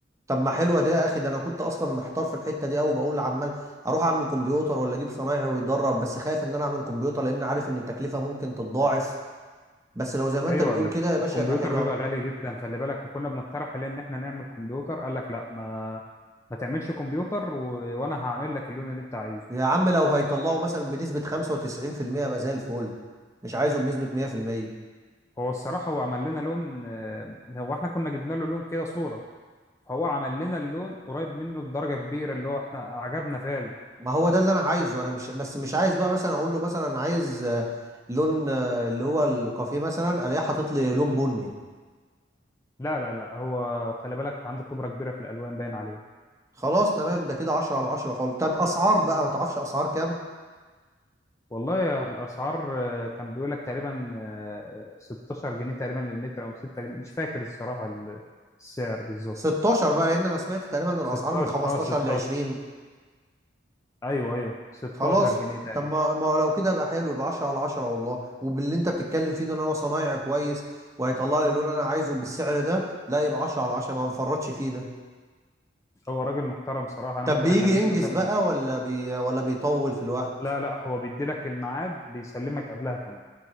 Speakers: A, on the right (about 15°); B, on the left (about 15°).
A: طب ما حلوه دي يا اخي ده انا كنت اصلا محتار في الحته دي قوي بقول عمال اروح اعمل كمبيوتر ولا اجيب صنايعي ويدرب بس خايف ان انا اعمل كمبيوتر لان عارف ان التكلفه ممكن تتضاعف بس لو زي ما انت
B: ايوه
A: بتقول
B: ال-
A: كده يا باشا
B: الكمبيوتر
A: يبقى حلو
B: بيبقى
A: قوي
B: غالي جدا خلي بالك وكنا بنقترح عليه ان احنا نعمل كمبيوتر قال لك لا ما ما تعملش كمبيوتر و... وانا هعمل لك اللون اللي انت عايزه
A: يا عم لو هيطلعوا مثلا بنسبه 95% يبقى زي الفل مش عايزه بنسبه 100%
B: هو الصراحه هو عمل لنا لون آه، هو احنا كنا جبنا له لون كده صوره فهو عمل لنا اللون قريب منه بدرجه كبيره اللي هو احنا عجبنا فعلا
A: ما هو ده اللي انا عايزه انا مش بس مش عايز بقى مثلا اقول له مثلا أنا عايز آه، لون آه، اللي هو الكافيه مثلا الاقيه حاطط لي لون بني
B: لا لا لا هو خلي بالك عنده خبرة كبيرة في الألوان باين عليه
A: خلاص تمام ده كده 10 على 10 خالص طب اسعار بقى ما تعرفش اسعار كام
B: والله يا الأسعار آه، كان بيقول لك تقريبا آه، 16 جنيه تقريبا للمتر أو 6 جنيه مش فاكر الصراحة ال- السعر بالظبط
A: 16 بقى لان انا سمعت تقريبا ان الاسعار
B: 16
A: من 15
B: اه 16
A: ل 20
B: ايوه ايوه 16
A: خلاص
B: جنيه تقريبا
A: طب ما ما لو كده يبقى حلو يبقى 10 على 10 والله وباللي انت بتتكلم فيه ده ان هو صنايعي كويس وهيطلع لي اللون اللي انا عايزه بالسعر ده لا يبقى 10 على 10 ما نفرطش فيه ده
B: هو راجل محترم صراحة أنا
A: طب
B: ممكن
A: بيجي
B: أخليه
A: ينجز
B: مثلا
A: بقى ولا بي ولا بيطول في الوقت
B: لا لا هو بيدي لك الميعاد بيسلمك قبلها كمان